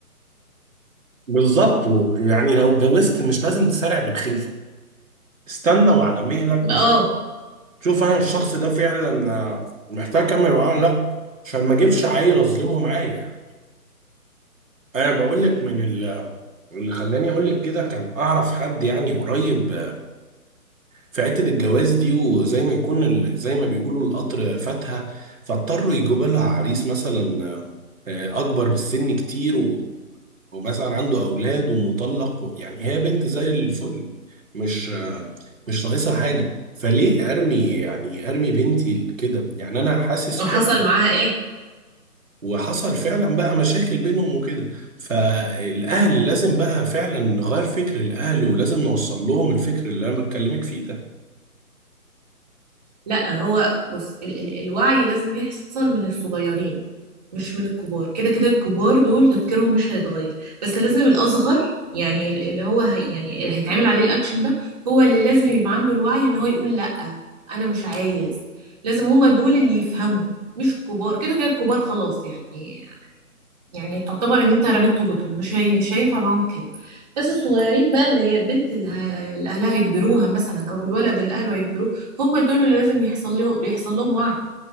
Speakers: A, on the right; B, on the right.
A: بالظبط يعني لو اتجوزت مش لازم تسارع بالخلفه استنى وعلى مهلك
B: اه
A: وشوف شوف انا الشخص ده فعلا محتاج اكمل معاه ولا لا عشان ما اجيبش عيل اظلمه معايا يعني انا بقول لك من ال- اللي خلاني اقول لك كده كان اعرف حد يعني قريب في حته الجواز دي وزي ما يكون ال- زي ما بيقولوا القطر فاتها فاضطروا يجيبوا لها عريس مثلا آه، اكبر بالسن كتير ومثلا عنده أولاد ومطلق و- يعني هي بنت زي الفل مش مش ناقصها حاجة فليه أرمي يعني أرمي بنتي كده يعني أنا حاسس
B: وحصل
A: فعلا
B: معاها ايه
A: وحصل فعلا بقى مشاكل بينهم وكده فالأهل لازم بقى فعلا نغير فكر الأهل ولازم نوصل لهم الفكر اللي أنا بتكلمك فيه ده
B: لا هو بص ال ال الوعي لازم يحصل من الصغيرين مش من الكبار كده كده الكبار دول تفكيرهم مش هيتغير بس لازم الأصغر يعني ال- اللي هو هي يعني اللي هيتعمل عليه الأكشن ده هو اللي لازم يبقى عنده الوعي إن هو يقول لأ أنا مش عايز لازم هما دول اللي يفهموا مش الكبار كده كده الكبار خلاص يعني يعني تعتبر ان انت رميت طوبتهم مش هي مش هينفع معاهم الكلام بس الصغيرين بقى اللي هي البنت اللي, ه... اللي اهلها يجبروها مثلا او الولد اللي اهله هيجبروه هم دول اللي لازم يحصل له... يحصل لهم وعي